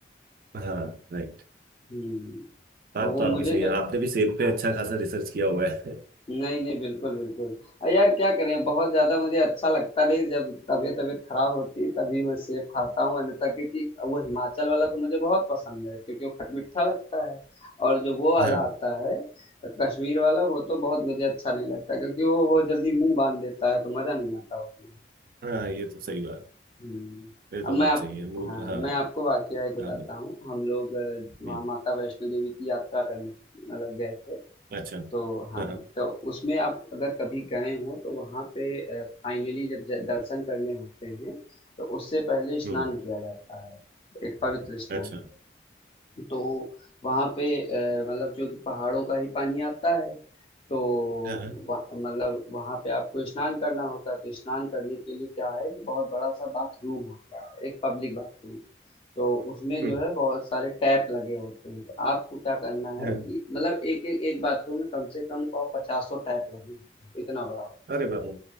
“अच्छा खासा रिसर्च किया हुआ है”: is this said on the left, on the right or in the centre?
Right